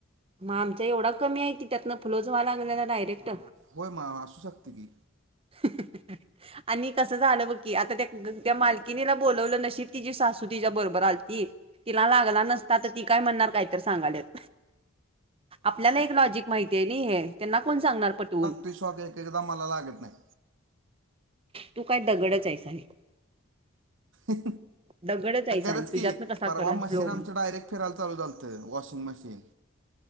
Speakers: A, on the right; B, on the right.
A: म आमच्या एवढा कमी हाय की त्यातनं फ्लो च व्हायला लागलेला डायरेक्ट
B: होय मा असू शकतं की
A: ह <unintelligible> आणि कसं झालं बरं की आंता त्यां त्यां मालकीनीला बोलवलं नशीब तिची सासू तिच्या बरोबर आलती तिला लागलां नसतां तरं ती कायं म्हणणांर कांहीतरी सांगाल्यात आपल्याला एक लॉजिक माहिती आहे नां हे त्यांना कोणं सांगणार पाठवूंन
B: ते सॉकेट एकदाचं मलां लागतं नाहीं
A: तूं कायं दगडचं आहेस आरे
B: अं
A: दगडच आहेस
B: खरंच
A: आणि तुझ्यातन
B: की
A: कसा
B: पर्वा
A: करल
B: मशीन
A: फ्लो होईल
B: आमच्या डायरेक्ट फिरायंला चालूं झालंय वॉशिंग मशीन